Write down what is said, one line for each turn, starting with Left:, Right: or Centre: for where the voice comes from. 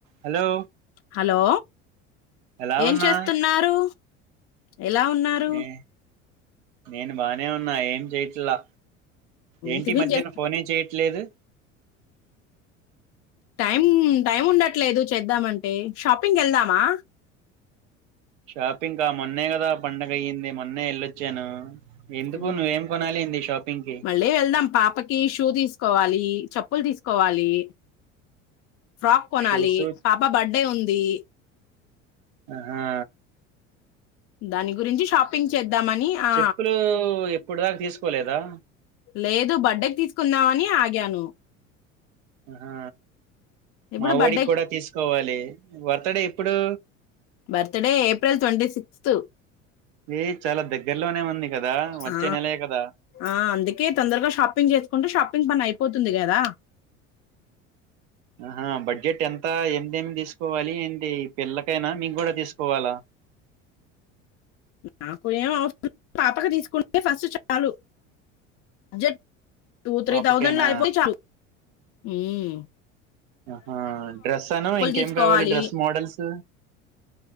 Right: Hello
Left: hello
Right: ఎలా
Left: ఏం
Right: ఉన్నా
Left: చేస్తున్నారు ఎలా ఉన్నారు
Right: నే నేను బాగానే ఉన్నా ఏం చేయట్లా ఏంటి
Left: టిఫిన్
Right: ఈ మధ్యన
Left: చేస్తా
Right: ఫోనే చేయట్లేదు
Left: టైం టైం ఉండట్లేదు చేద్దామంటే షాపింగ్ వెళ్దామా
Right: షాపింగ్ కా మొన్నే కదా పండగ అయ్యింది మొన్నే వెళ్ళొచ్చాను ఎందుకు
Left: ఊ
Right: నువ్వేం కొనాలి ఏంది షాపింగ్ కి
Left: మళ్ళీ వెళ్దాం పాపకి షూ తీసుకోవాలి చెప్పులు తీసుకోవాలి ఫ్రాక్ కొనాలి
Right: షూస్
Left: పాప బర్డే ఉంది
Right: హా
Left: దాని గురించి షాపింగ్ చేద్దామని ఆ
Right: చెప్పులు ఎప్పుడు దాకా తీసుకోలేదా
Left: లేదు బర్త్డేకి తీసుకుందామని ఆగాను
Right: హా
Left: ఇప్పుడు
Right: మా
Left: బర్త్డే
Right: ఒడికి కూడా తీసుకోవాలి వార్త్డే ఎప్పుడు
Left: బర్త్డే ఏప్రిల్ తొంటి సిక్స్త్
Right: ఏ చాలా దగ్గరలోనే ఉంది కదా వచ్చే
Left: ఆ
Right: నెలే కదా
Left: ఆ అందుకే తొందరగా షాపింగ్ చేసుకుంటే షాపింగ్ పని అయిపోతుంది కదా
Right: ఆహా బడ్జెట్ ఎంత ఏంటి ఏంటి తీసుకోవాలి ఏంటి పిల్లకైనా మీకు కూడా తీసుకోవాలా
Left: నాకు ఏం అవసరం పాపక తీసుకుంటే ఫస్ట్ చాలు జెట్ టూ త్రీ
Right: పాపకైనా
Left: థౌజండ్లో అయిపోతే చాలు మ్మ్
Right: ఆహా డ్రెస్ అను ఇంకేం
Left: తీసుకోవాలి
Right: కావాలి డ్రెస్ మోడల్స్